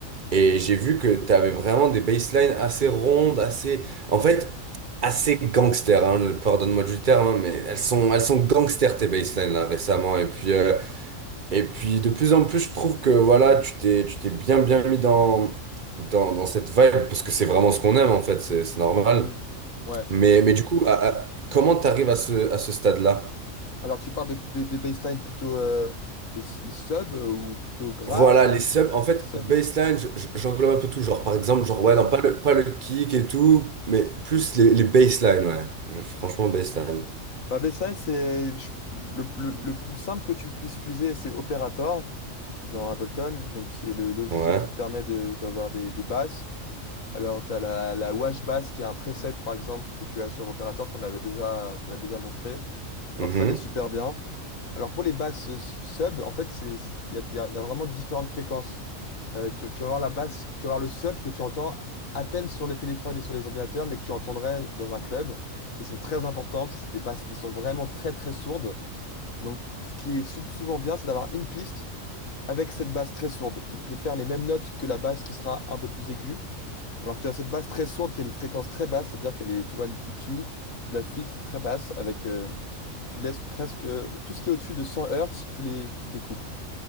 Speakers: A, on the right; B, on the left.
A: et j'ai vu que tu avais vraiment des basslines assez rondes, assez, en fait, assez gangster, hein, pardonne-moi du terme, hein, mais elles sont, elles sont gangster tes basslines là récemment, et puis, euh, et puis de plus en plus je trouve que voilà, tu t'es, tu t'es bien bien mis dans, dans, dans cette vibe, parce que c'est vraiment ce qu'on aime en fait, c'est c'est normal.
B: Mhm. Ouais.
A: Mais, mais du coup, à- à- comment t'arrives à ce, à ce stade-là?
B: Alors tu parles de, de, de baseline plutôt euh, les, les subs euh, ou plutôt grasses
A: Voilà, les
B: ou plutôt
A: subs, en fait,
B: sub?
A: baseline, je- je- j'englobe un peu tout, genre, par exemple, genre, ouais, non, pas le, pas le kick et tout, mais plus les, les baselines, ouais. Franchement, baseline.
B: Bah, BSI, c'est je- le, le- le plus simple que tu puisses utiliser, c'est Operator dans Ableton. Donc, c'est le logiciel
A: Ouais.
B: qui te permet de- d'avoir des, des basses. Alors, tu as la, la Wash Bass qui est un preset, par exemple, que tu as sur Operator qu'on avait déjà, je t'avais déjà montré.
A: Mhm.
B: Alors, ça, elle est super bien. Alors, pour les basses euh, s- sub, en fait, c'est, c'est- il y a, il y a vraiment différentes fréquences. Euh, tu, tu vas voir la basse, tu vas voir le sub que tu entends à peine sur les téléphones et sur les ordinateurs, mais que tu entendrais dans un club, qui sont très importantes. C'est des basses qui sont vraiment très très sourdes. Donc, ce qui est sub- souvent bien, c'est d'avoir une piste avec cette basse très sourde, qui peut faire les mêmes notes que la basse qui sera un peu plus aiguë. Alors, tu as cette basse très sourde qui a une fréquence très basse, c'est-à-dire qu'elle est, tu vois, l'EQ, tu la filtres très basse avec, euh, tu laisses presque euh, tout ce qui est au-dessus de 100 Hz, tu les, tu les coupes.